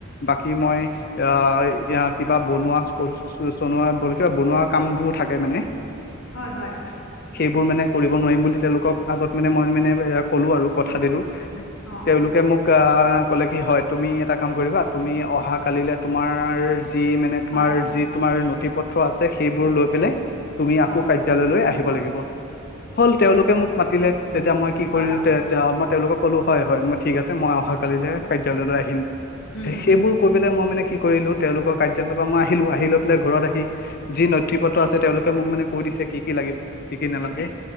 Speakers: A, on the left; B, on the left.
A: বাকি মই অ এইয়াত - কিবা বনোৱা চনোৱা কিবা বনোৱা কামবোৰ থাকে মানে -
B: হয় হয়।
A: সেইবোৰ মানে কৰিব নোৱাৰিম বুলি তেওঁলোকক আগত মানে মই মানে এ ক'লো আৰু কথা দিলো।
B: অ
A: তেওঁলোকে মোক আহ কলে কি হয় তুমি এটা কাম কৰিবা - তুমি অহা কালিলে তোমাৰ যি মানে তোমাৰ
B: হয়
A: যি - তোমাৰ নথি পত্ৰ আছে সেইবোৰ লৈ পেলাই তুমি
B: হয়,
A: আকৌ কাৰ্যালয়লৈ আহিব লাগিব। হ'ল তেওঁলোকে
B: হয়,
A: মোক মাতিলে, তেতিয়া মই কি
B: হয়,
A: কৰিলো
B: হয়,
A: তে মই তেওঁলোকক ক'লো হয় হয় মই ঠিক আছে মই অহা - কালিলে
B: উম,
A: কাৰ্যালয়লৈ আহিম।
B: উম,
A: সেইবোৰ
B: উম,
A: কৈ পেলাই মই মানে কি কৰিলো, তেওঁলোকৰ কাৰ্যালয় পৰা মই আহিলো আহি লৈ পেলাই ঘৰত আহি - যি নথি পত্ৰ আছে তেওঁলোকে মোক মানে কৈ দিছে কি কি লাগিব কি কি নালাগে